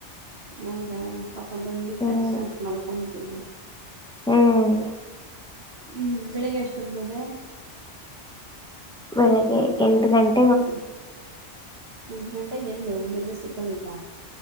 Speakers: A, on the right; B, in the centre.
A: ಹೌದಾ ಪಾಪ ಬಂದ್ಬಟ್ಟ
B: ಹ್ಮ್
A: ತಕ್ಷಣ ಆತ್ ಮಲ್ಕೊ್ಂಬಿಟ್ಟಿದ್ದೆ
B: ಹ್ಮ್
A: ಹ್ಮ್ ಬೆಳಿಗ್ಗೆ ಎಷ್ಟೊದ್ಗೋದೆ
B: ಬೆಳಿಗ್ಗೆ ಎಂಟು ಗಂಟೆ
A: ಹ್ಮ್ ಎಂಟು ಗಂಟೆಗೆ ಹೆಲ್ಲೆ ಮೆಜೆಸ್ಟಿಕ್ ಅಲ್ಲಿದ್ದ